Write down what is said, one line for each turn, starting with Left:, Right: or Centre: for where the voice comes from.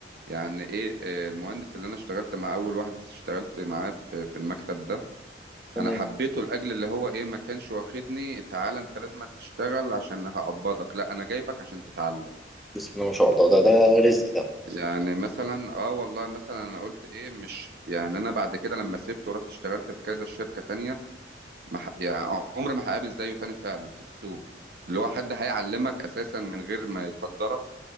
Right: يعني ايه إيه، المهندس اللي انا اشتغلت مع اول واحد اشتغلت معاه في في المكتب ده
Centre: تمام
Right: انا حبيته لاجل اللي هو ايه ما كانش واخدني تعالى انت لازم أن تشتغل عشان هقبضك لا انا جايبك عشان تتعلم
Centre: بسم الله ما شاء الله ده ده رزق ده
Right: يعني مثلا اه والله مثلا انا قلت ايه مش يعني انا بعد كده لما سبته ورحت اشتغلت في كذا شركة تانية ما ح... يعني عمري ما هقابل زيه تاني فعلا في السوق اللي هو حد هيعلمك اساسا من غير ما يقدرك